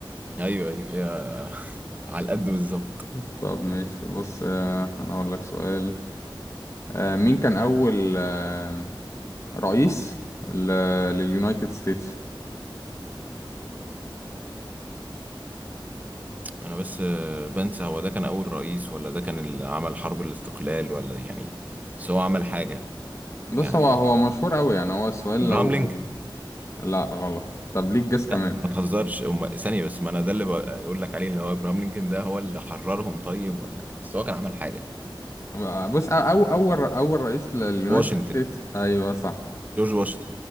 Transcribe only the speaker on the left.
<laughs> طب ماشي بص آه، انا اقول لك سؤال آه، مين كان اول آه، رئيس ل- لليونايتد ستيتس
بص
هو هو مشهور قوي يعني هو السؤال
لو
لا غلط طب ليك جس كمان
آه، بص او أو- اول اول رئيس لليونايتد
ستيتس ايوه صح